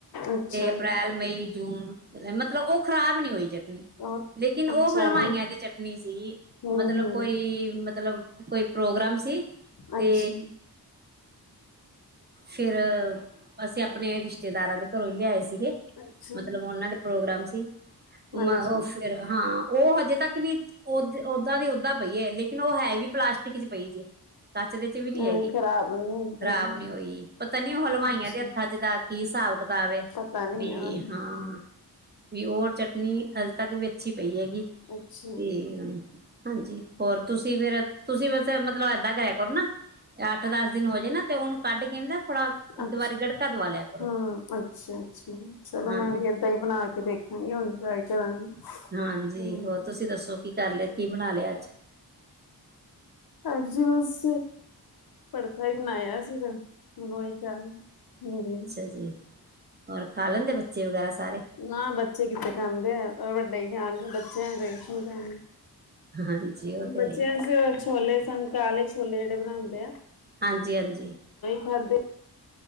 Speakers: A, on the left; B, on the right.
A: ਅੱਛਾ
B: ਅਪ੍ਰੈਲ, ਮਈ, ਜੂਨ ਮਤਲਬ ਉਹ ਖ਼ਰਾਬ ਨੀ ਹੋਈ ਚਟਨੀ।
A: ਬਹੁਤ
B: ਲੇਕਿਨ ਉਹ
A: ਅੱਛਾ
B: ਹਲਵਾਈਆਂ
A: ਜੀ
B: ਦੀ ਚਟਨੀ ਸੀ,
A: ਹਮ
B: ਮਤਲਬ
A: ਹਮ
B: ਕੋਈ ਮਤਲਬ ਕੋਈ ਪ੍ਰੋਗਰਾਮ ਸੀ। ਤੇ
A: ਅੱਛਾ।
B: ਫਿਰ, ਅਸੀਂ ਆਪਣੇ ਰਿਸ਼ਤੇਦਾਰਾਂ ਦੇ ਘਰੋਂ ਹੀ ਲਿਆਏ ਸੀ। ਸੀਗੇ,
A: ਅੱਛਾ
B: ਮਤਲਬ ਉਹਨਾਂ ਦੇ ਪ੍ਰੋਗਰਾਮ ਸੀ। ਮ,
A: ਹਾਂਜੀ
B: ਉਹ, ਫਿਰ ਹਾਂ, ਉਹ ਹਜੇ ਤੱਕ ਵੀ ਓਹ, ਓਦਾਂ ਦੀ ਓਦਾਂ ਪਈ ਹੈ, ਲੇਕਿਨ ਉਹ ਹੈ ਵੀ ਪਲਾਸਟੀਕ'ਚ ਪਈ ਜੀ ਕੱਚ ਦੇ ਵੀ ਨੀ
A: ਐਵੇਂ
B: ਹੈਗੀ,
A: ਖ਼ਰਾਬ ਨੀ ਹੋਈ ਫਿਰ
B: ਖਰਾਬ ਨੀ ਹੋਈ, ਪਤਾ ਨੀ ਉਹ ਹਲਵਾਈਆਂ
A: ਅੱਛਾ
B: ਦੇ ਹੱਥਾਂ'ਚ ਦਾ ਕੀ ਹਿਸਾਬ ਵੇ,
A: ਪਤਾ ਨੀ
B: ਵੀ
A: ਹਾਂ
B: ਹਾਂ ਵੀ, ਓਹ ਚਟਨੀ ਅਜੇ ਤੱਕ ਵੀ ਅੱਛੀ ਪਈ ਹੈਗੀ,
A: ਅੱਛਾ
B: ਤੇ ਹਾਂਜੀ, ਹੋਰ ਤੁਸੀਂ ਫਿਰ, ਤੁਸੀਂ ਬਸ ਮਤਲਬ ਏਦਾਂ ਕਰਿਆ ਕਰੋ ਨਾ, ਅੱਠ-ਦਸ ਦਿਨ ਹੋਜੇ ਨਾ ਤੇ ਉਹਨੂੰ ਕੱਢਕੇ ਨਾ, ਥੋੜਾ ਇੱਕ
A: ਅੱਛ,
B: ਵਾਰੀ ਗੜਕਾ ਦਵਾ ਲਿਆ ਕਰੋ।
A: ਹਾਂ, ਅੱਛਾ-ਅੱਛਾ, ਚਲੋ,
B: ਹਾਂਜੀ
A: ਮੈਂ ਵੀ ਕਈ ਬਣਾਕੇ ਦੇਖਾਂਗੀ, ਹੁਣੇ ਟ੍ਰਾਈ ਕਰਾਂਗੀ।
B: ਹਾਂਜੀ,
A: ਹਮ
B: ਹੋਰ ਤੁਸੀਂ ਦੱਸੋ ਕੀ ਕਰ ਲਿਆ, ਕੀ ਬਣਾ ਲਿਆ ਅੱਜ?
A: ਅੱਜ, ਬਸ। ਭੜਥਾ ਹੀ ਬਣਾਇਆ ਸੀਗਾ। ਹੁਣ ਓਹੀ ਤਾ ਹੈ, ਹਾਂਜੀ।
B: ਕਜਲੀ ਹੋਰ, ਖਾ ਲੈਂਦੇ ਬੱਚੇ ਵਗੈਰਾ ਸਾਰੇ?
A: ਨਾ ਬੱਚੇ ਕਿੱਥਤੇ ਖਾਂਦੇ ਆ, ਵੱਡੇ ਹੀ ਖਾਣਗੇ, ਬੱਚਿਆਂ ਖਣ
B: ਹਾਂ--ਜੀ ਉਹ ਤੇ
A: ਬੱਚਿਆਂ
B: ਹੈ ਹੀ
A: ਵਾਸਤੇ, ਛੋਲੇ ਸਨ, ਕਾਲੇ ਛੋਲੇ ਜਿਹੜੇ ਬਣਾਂਦੇ ਆ।
B: ਹਾਂਜੀ-ਹਾਂਜੀ।
A: ਕਰਦੇ